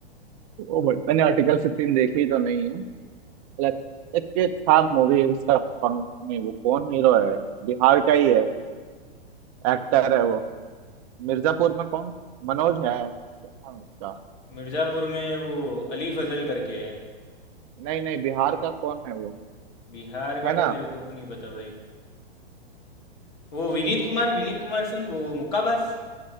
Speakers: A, on the right; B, on the left.
A: ओ भाई मैंने आर्टिकल 15 देखी तो नहीं है लाइक एक ये था मूवी इसका पंख में वो कौन हीरो है बिहार का ही है एक्टर है वो मिर्जापुर में कौन मनोज है क्या नाम है उसका
B: मिर्ज़ापुर में वो अली फजल करके है
A: नहीं नहीं बिहार का कौन है वो
B: बिहार का
A: है
B: तो
A: ना
B: मेरे को नहीं पता भाई वो विनीत कुमार विनीत कुमार सिंह वो मुक्काबाज